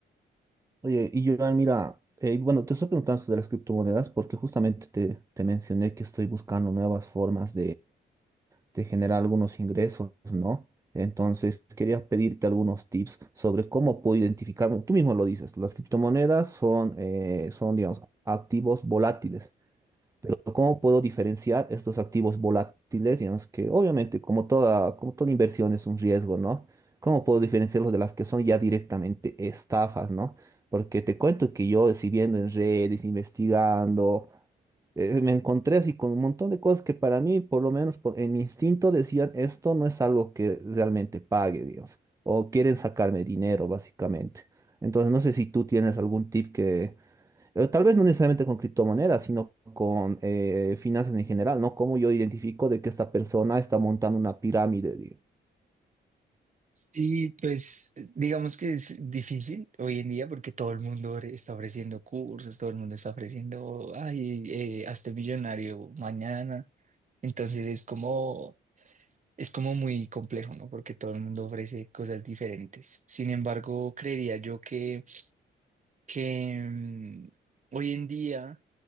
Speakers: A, on the right (about 15°); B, on the right (about 35°).
A: Oye, y Joan, mira, eh, bueno, te estoy preguntando sobre las criptomonedas porque justamente te, te mencioné que estoy buscando nuevas formas te genera algunos ingresos, ¿no? Entonces, quería pedirte algunos tips sobre cómo puedo identificarme. Tú mismo lo dices, las criptomonedas son, eh, son, digamos, activos volátiles. Pero ¿cómo puedo diferenciar estos activos volátiles, digamos que obviamente como toda, como toda inversión es un riesgo, ¿no? ¿Cómo puedo diferenciarlos de las que son ya directamente estafas, ¿no? Porque te cuento que yo, si viendo en redes, investigando, eh, me encontré así con un montón de cosas que para mí, por lo menos por, en mi instinto, decían, esto no es algo que realmente pague, Dios, o quieren sacarme dinero, básicamente. Entonces, no sé si tú tienes algún tip que, eh, Tal vez no necesariamente con criptomonedas, sino con eh, finanzas en general, ¿no? ¿Cómo yo identifico de que esta persona está montando una pirámide? digo?
B: Sí, pues digamos que es difícil hoy en día porque todo el mundo ofre- está ofreciendo cursos, todo el mundo está ofreciendo, ay, eh, hazte millonario mañana. Entonces es como, es como muy complejo, ¿no? Porque todo el mundo ofrece cosas diferentes. Sin embargo, creería yo que, que mm, hoy en día